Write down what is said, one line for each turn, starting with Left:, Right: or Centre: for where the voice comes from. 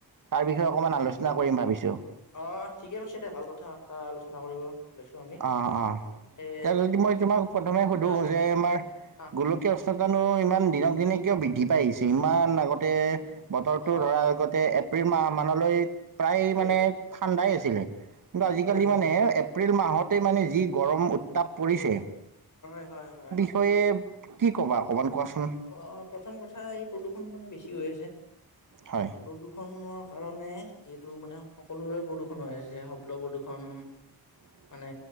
Right: তাৰ বিষয়ে অকণমান আলোচনা কৰিম ভাবিছোঁ।
Left: অ ঠিকে কৈছে দে ভাল কথা এটা আলোচনা কৰিব। ওলাইছো আমি
Right: অ অ
Left: তাকে
Right: এতিয়া যদি মই
Left: এই
Right: তোমাক প্ৰথমে সুধো
Left: হয় হয়
Right: আমাৰ
Left: অ
Right: গোলকীয় উষ্ণতানো ইমান দিনক দিনে কিয় বৃদ্ধি পাই আহিছে ইমান আগতে বতৰটো
Left: অ
Right: ধৰাৰ আগতে এপ্ৰিল মাহমানলৈ প্ৰায়
Left: ঠিকেই
Right: মানে ঠাণ্ডাই আছিলে। কিন্তু আজিকালি
Left: হয়
Right: মানে
Left: হয়
Right: এপ্ৰিল মাহতেই মানে যি গৰম উত্তাপ পৰিছে।
Left: হয়-হয়-হয়।
Right: তই এই কি ক'বা অকমান কোৱা চোন?
Left: অঁ! প্ৰথম কথা এই প্ৰদূষণ মানে বেছি হৈ আছে।
Right: হয়।
Left: প্ৰদূষণৰ কাৰণে যিহেতু মানে সকলোৰে প্ৰদূষণ হৈ আছে। শব্দ প্ৰদূষণ
Right: <unintelligible>
Left: মানে